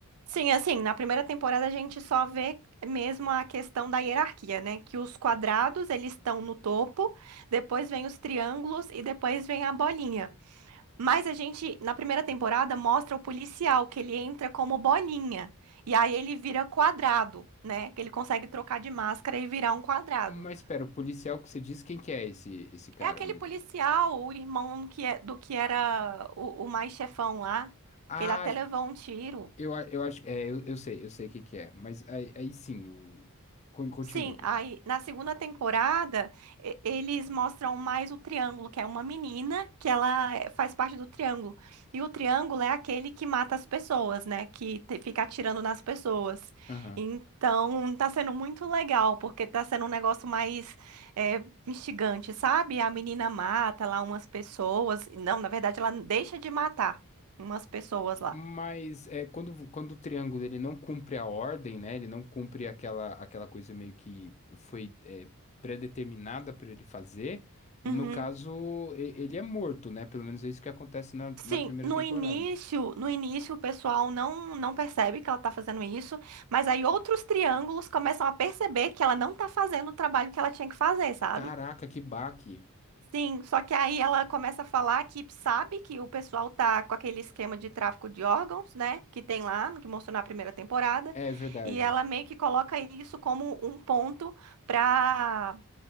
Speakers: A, on the right; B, on the left.
A: Sim, assim, na primeira temporada a gente só vê mesmo a questão da hierarquia, né? Que os quadrados, eles estão no topo, depois vem os triângulos e depois vem a bolinha. Mas a gente, na primeira temporada, mostra o policial, que ele entra como bolinha. E aí ele vira quadrado, né? Que ele consegue trocar de máscara e virar um quadrado.
B: Mas espera, o policial que você disse, quem que é esse esse cara
A: É aquele
B: mesmo?
A: policial, o irmão que é, do que era o, o mais chefão lá,
B: Ah,
A: que ele até levou um tiro.
B: eu, a- eu acho, é, eu, eu sei, eu sei quem que é, mas aí, aí sim, o- con- continue,
A: Sim,
B: continue.
A: aí na segunda temporada e- eles mostram mais o triângulo, que é uma menina que ela eh, faz parte do triângulo. E o triângulo é aquele que mata as pessoas, né? Que te- fica atirando nas pessoas.
B: Aham.
A: Então tá sendo muito legal, porque tá sendo um negócio mais eh, instigante, sabe? A menina mata lá umas pessoas. Não, na verdade ela deixa de matar umas pessoas lá.
B: Mas é, quando, quando o triângulo ele não cumpre a ordem, né? Ele não cumpre aquela, aquela coisa meio que foi é, predeterminada para ele fazer. No
A: Uhum.
B: caso, e- ele é morto, né? Pelo menos é isso que acontece na, na
A: Sim,
B: primeira
A: no
B: temporada.
A: início, no início o pessoal não não percebe que ela tá fazendo isso, mas aí outros triângulos começam a perceber que ela não tá fazendo o trabalho que ela tinha que fazer, sabe?
B: Caraca, que baque!
A: Sim, só que aí ela começa a falar que sabe que o pessoal tá com aquele esquema de tráfico de órgãos, né, que tem lá, que mostrou na primeira temporada,
B: É verdade.
A: e ela meio que coloca isso como um ponto para